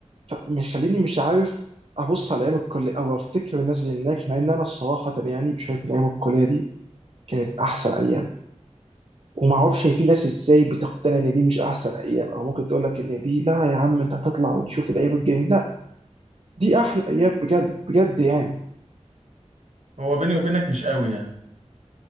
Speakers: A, on the right; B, on the right.
A: فمخليني مش عارف ابص على ايام الكليه او افتكر الناس اللي هناك مع ان انا الصراحه يعني شايف ان ايام الكليه دي كانت احسن ايام وما اعرفش هي في ناس ازاي بتقتنع ان دي مش احسن ايام او ممكن تقول لك ان دي لا يا عم انت هتطلع وتشوف الايام الجميله لا دي احلى ايام بجد بجد يعني
B: هو بيني وبينك مش قوي يعني